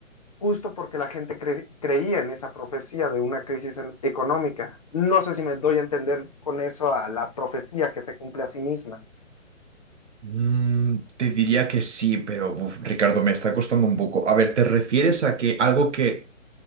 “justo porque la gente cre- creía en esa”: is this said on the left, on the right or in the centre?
Left